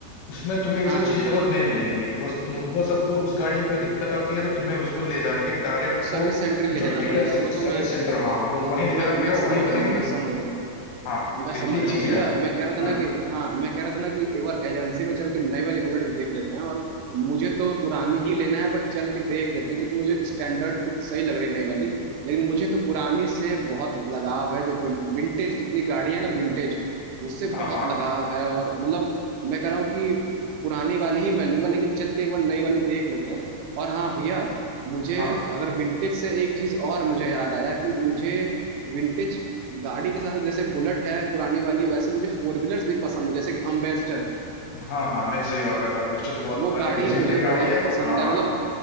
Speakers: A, on the left (about 75°); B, on the right (about 85°).
A: उसमें तुम्हें ये
B: हाँ
A: सब चीजें
B: हाँ
A: देखो नहीं मिलेंगी वो तुम वो सब वो उस गाड़ी में कोई दिक्कत आती है तो तुम्हें उसको ले जाके डायरेक्ट
B: सर्विस
A: वो
B: सेंटर ही ले जाना
A: जो डीलर
B: पड़ेगा
A: सर्विस
B: वो तो मैं
A: सेंटर हाँ हाँ, वो वहीं ले जाना
B: मैं
A: पड़ेगा
B: मैं समझ
A: वहीं बनेंगी
B: रहा हूँ मैं समझ रहा हूँ
A: हाँ
B: मैं
A: तो
B: समझ
A: ये
B: रहा
A: चीज
B: हूँ भैया
A: है
B: मैं कह रहा था ना
A: हाँ
B: कि हाँ मैं कह रहा था ना कि एक बार एजेंसी में चल के नई वाली बुलेट भी देख लेते हैं और मुझे तो पुरानी ही लेना है बट चल के देख लेते हैं क्योंकि मुझे स्टैंडर्ड कुछ सही लग रही है नई वाली लेकिन मुझे तो पुरानी से बहुत लगाव है जो विन, विंटेज जितनी गाड़ी है ना विंटेज उससे
A: हाँ
B: बहुत
A: हाँ
B: लगाव है और मतलब मैं कह रहा हूँ कि पुरानी वाली ही मैं लूंगा लेकिन चल के एक बार नई वाली देख लेते हैं और हाँ भैया मुझे
A: हाँ
B: अगर विंटेज से एक चीज और मुझे याद आया कि मुझे विंटेज गाड़ी के साथ जैसे बुलेट है पुरानी वाली वैसे मुझे फोर व्हीलर्स भी पसंद है जैसे कि अम्बेसडर
A: हाँ हाँ नहीं सही बात है एम्बेसडर तो बहुत
B: वो
A: पुरानी
B: गाड़ी
A: लेजेंडरी
B: मुझे
A: गाड़ी
B: बहुत
A: है
B: पसंद
A: हाँ
B: है
A: हाँ
B: मतलब